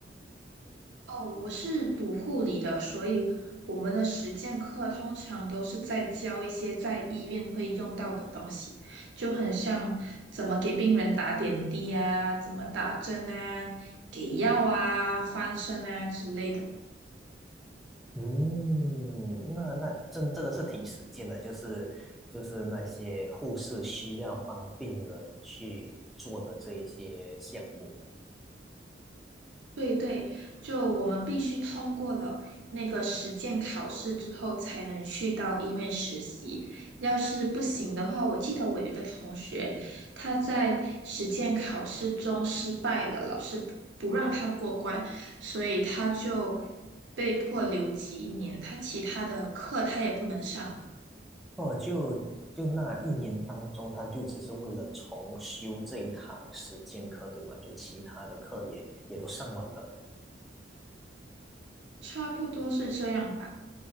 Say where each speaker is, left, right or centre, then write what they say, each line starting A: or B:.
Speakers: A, on the right; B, in the centre.
A: 哦，我是读护理的，所以我们的实践课通常都是在教一些在医院会用到的东西，就很像怎么给病人打点滴啊，怎么打针啊，给药啊，翻身啊之类的。
B: 嗯，那那真真的是挺实践的，就是就是那些护士需要帮病人去做的这一些项目。
A: 对对，就我们必须通过了那个实践考试之后，才能去到医院实习。要是不行的话，我记得我有一个同学，他在实践考试中失败了，老师不不让他过关，所以他就被迫留级一年，他其他的课他也不能上，
B: 哦，就就那一年当中，他就只是为了重修这一堂实践课，对吗？就其他的课也也都上完了。
A: 差不多是这样